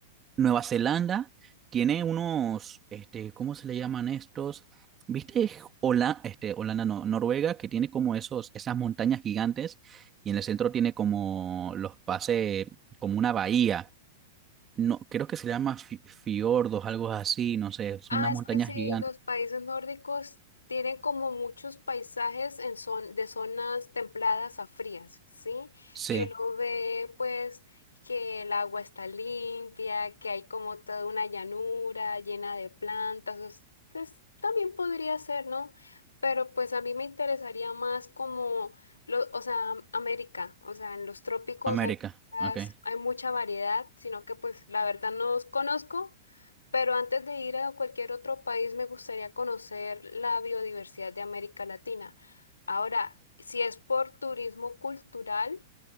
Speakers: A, on the right (about 25°); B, on the left (about 85°).
A: Nueva Zelanda tiene unos, este, ¿cómo se le llaman estos? ¿Viste? Hola, este, Holanda, no, Noruega, que tiene como esos, esas montañas gigantes y en el centro tiene como los pases, como una bahía. No, creo que se llama fi- fiordos, algo así, no sé, son
B: Ah,
A: unas
B: es
A: montañas
B: que sí,
A: gigantes.
B: los países nórdicos tienen como muchos paisajes en zon- de zonas templadas a frías, ¿sí?
A: Sí,
B: Y uno ve pues que el agua está limpia, que hay como toda una llanura llena de plantas, es- es- también podría ser, ¿no? Pero pues a mí me interesaría más como, lo, o sea, am- América, o sea, en los trópicos
A: América,
B: hay, muchas-
A: ok.
B: hay mucha variedad, sino que pues la verdad no os conozco. Pero antes de ir a cualquier otro país, me gustaría conocer la biodiversidad de América Latina. Ahora, si es por turismo cultural,